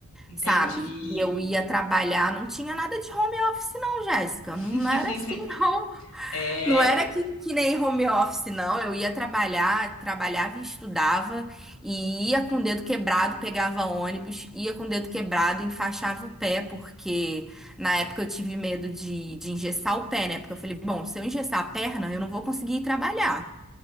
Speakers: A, on the left (about 70°); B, in the centre.
A: entendi.
B: sabe? E eu ia trabalhar, não tinha nada de home office, não, Jéssica.
A: <laughs>
B: Não era assim, <laughs> não.
A: É,
B: Não era que, que nem home office, não. Eu ia trabalhar, trabalhava e estudava, e ia com o dedo quebrado, pegava ônibus, ia com o dedo quebrado, enfaixava o pé, porque na época eu tive medo de, de engessar o pé, né? Porque eu falei, bom, se eu engessar a perna, eu não vou conseguir ir trabalhar.